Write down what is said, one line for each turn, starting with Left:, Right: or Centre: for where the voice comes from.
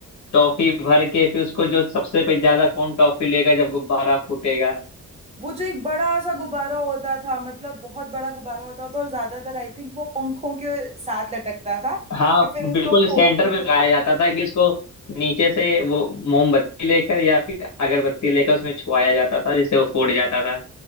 Left: टॉफी भर के फिर उसको जो सबसे पे ज्यादा कौन टॉफी लेगा जब गुब्बारा फूटेगा
Right: वो जो एक बड़ा सा गुब्बारा होता था मतलब बहुत बड़ा गुब्बारा होता था और ज्यादातर आई थिंक वो पंखों के साथ लटकता था
Left: हाँ
Right: और फिर
Left: बिल्कुल
Right: उसको फोड़ते
Left: सेंटर पे
Right: थे
Left: लगाया
Right: लोग
Left: जाता था कि इसको नीचे से वो मोमबत्ती लेकर या फिर अगरबत्ती लेकर उसमें छुआया जाता था जिससे वो फूट जाता था